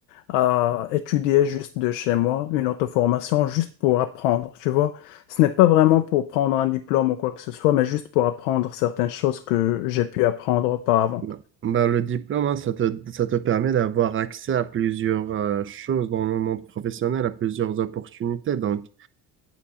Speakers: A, on the left; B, on the right.
A: à étudier juste de chez moi, une auto-formation, juste pour apprendre, tu vois. Ce n'est pas vraiment pour prendre un diplôme ou quoi que ce soit, mais juste pour apprendre certaines choses que j'ai pu apprendre auparavant.
B: Non. Bah, le diplôme, hein, ça te, ça te permet d'avoir accès à plusieurs euh, choses dans le monde professionnel, à plusieurs opportunités. Donc,